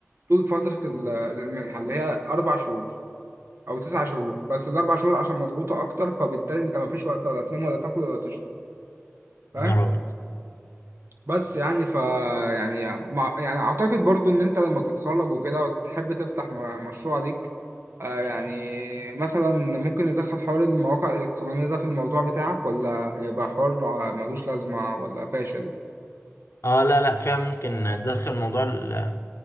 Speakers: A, on the right; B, on the left.
A: طول فترة ال- المنحة اللي هي اربع شهور او تسع شهور بس الاربع شهور عشان مضغوطة اكتر فبالتالي انت مفيش وقت ولا تنام ولا تاكل ولا تشرب فاهم
B: نهار ابيض
A: بس يعني ف يعني مع... يعني اعتقد برضو ان انت لما تتخرج وكده وتحب تفتح م... مشروع ليك آه يعني مثلا ممكن ندخل حوار المواقع الالكترونية ده في الموضوع بتاعك ولا هيبقى حوار ع- ملوش لازمة ولا فاشل
B: اه لا لا فعلا ممكن تدخل موضوع ال-